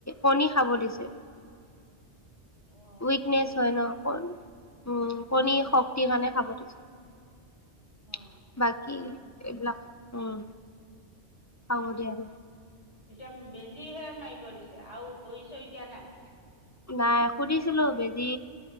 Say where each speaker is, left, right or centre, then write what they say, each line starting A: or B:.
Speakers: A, on the left (about 20°); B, on the left (about 80°).
A: কণী খাব দিছে।
B: অঁ
A: উইকনেছ
B: কণী
A: হয় ন, উম' কণীৰ
B: হয়
A: শক্তিৰ কাৰণে খাব দিছে।
B: অঁ
A: বাকী
B: হয় নেকি
A: এইবিলাক উম' খাব দিয়া নাই।
B: এতিয়া বেজিহে মাৰিব দিছে, আৰু বই চৰি দিয়া নাই?
A: নাই সুধিছিলো, বেজি